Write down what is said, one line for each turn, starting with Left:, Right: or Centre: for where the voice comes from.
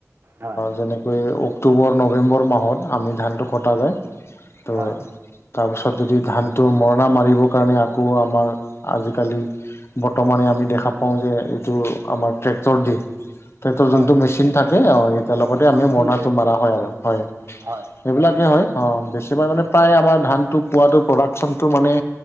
Right: হয়
Left: যেনেকৈ অক্টোবৰ নৱেম্বৰ মাহত আমি ধানটো কটা যায়। তো
Right: হয়
Left: তাৰপিছত যদি ধানটো মৰণা মাৰিবৰ কাৰণে আকৌ আমাৰ আজিকালি বৰ্তমানে আমি দেখা পাওঁ যে এইটো আমাৰ ট্ৰেক্টৰ দিশ ট্ৰেক্টৰ যোনটো
Right: হয়
Left: মেচিন থাকে একে লগতে
Right: মই
Left: আমি
Right: মেচিন
Left: মৰণাটো মৰা হয় আৰু হয়।
Right: হয়
Left: সেইবিলাকেই হয় অঁ বেছিভাগ মানে প্ৰায় আমাৰ ধানটো পোৱাটো প্ৰডাকশ্যনটো মানে